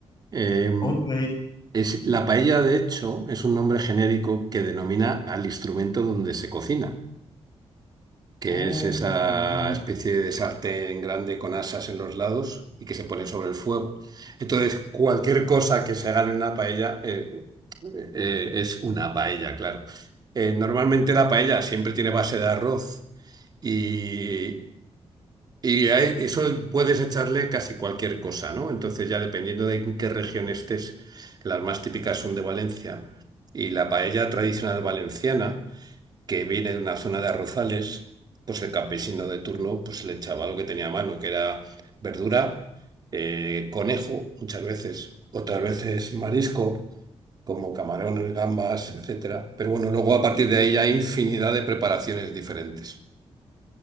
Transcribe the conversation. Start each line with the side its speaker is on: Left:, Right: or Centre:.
Right: Eh,
Left: Ok.
Right: es, la paella, de hecho, es un nombre genérico que denomina al instrumento donde se cocina. que
Left: Oh,
Right: es esa
Left: no.
Right: especie de sartén grande con asas en los lados y que se pone sobre el fuego. Entonces, cualquier cosa que se haga en una paella eh, eh, es una paella, claro. Eh, normalmente la paella siempre tiene base de arroz y, y a e- eso puedes echarle casi cualquier cosa, ¿no? Entonces, ya dependiendo de en qué región estés, las más típicas son de Valencia. Y la paella tradicional valenciana que viene de una zona de arrozales, pues el campesino de turno pues le echaba lo que tenía a mano, que era verdura, eh, conejo muchas veces, otras veces marisco, como camarones, gambas, etcétera. Pero bueno, luego a partir de ahí hay infinidad de preparaciones diferentes.